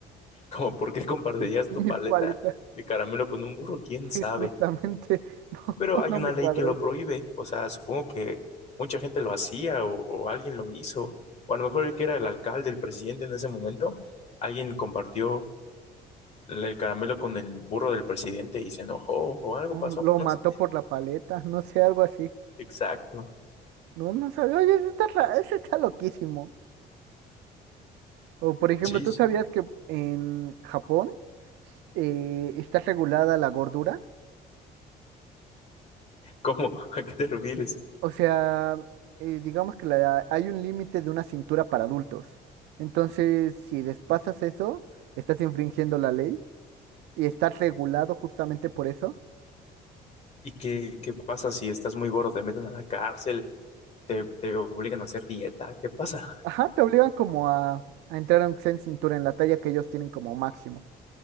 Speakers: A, on the left (about 40°); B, on the right (about 90°).
A: Como por qué compartirías
B: <laughs>
A: tu paleta
B: Mi paleta.
A: de caramelo con un burro, quién sabe.
B: Sí, justamente, <laughs> no,
A: Pero hay
B: no
A: una
B: me
A: ley
B: cuadró.
A: que lo prohíbe. O sea, supongo que mucha gente lo hacía o, o alguien lo hizo. O a lo mejor el que era el alcalde, el presidente en ese momento, alguien compartió el el caramelo con el burro del presidente y se enojó o algo
B: Un-
A: pasó.
B: Lo
A: No
B: mató
A: sé.
B: por la paleta, no sé, algo así.
A: Exacto.
B: No, no sabía, oye, eso está, ra- eso está loquísimo. O por ejemplo,
A: Sí,
B: ¿tú
A: sí.
B: sabías que en Japón eh, está regulada la gordura?
A: ¿Cómo? <laughs> ¿A qué te refieres?
B: O sea, eh, digamos que la- hay un límite de una cintura para adultos. Entonces, si despasas eso, estás infringiendo la ley y estás regulado justamente por eso.
A: ¿Y qué, qué pasa si estás muy gordo? ¿Te meten a la cárcel? ¿Te, te obligan a hacer dieta? ¿Qué pasa?
B: Ajá, te obligan como a, a entrar aunque sea en cintura en la talla que ellos tienen como máximo.